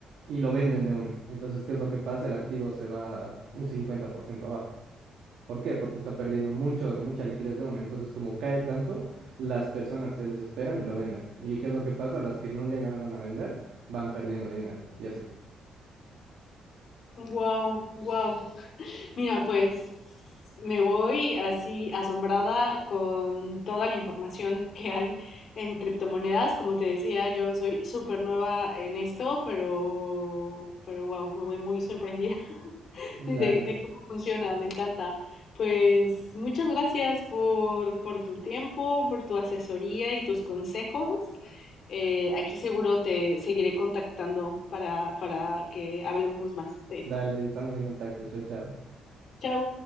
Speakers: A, on the right; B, on the left.
A: y lo venden de una. Entonces, ¿qué es lo que pasa? El activo se va un 50% abajo. ¿Por qué? Porque está perdiendo mucho, mucha liquidez de una. Entonces, como cae tanto, las personas se desesperan y lo venden. ¿Y qué es lo que pasa? Las que no llegaron a vender van perdiendo dinero. Y así.
B: wow, wow. Mira, pues me voy así asombrada con toda la información que hay en criptomonedas. Como te decía, yo soy súper nueva en esto, pero, pero wow, me voy muy sorprendida <laughs>
A: Dale,
B: de, de cómo funciona, me encanta. Pues muchas gracias por, por tu tiempo, por tu asesoría y tus consejos. Eh, aquí seguro te seguiré contactando para, para que hablemos más de esto.
A: dale, estamos en contacto. Chao, chao.
B: Chao.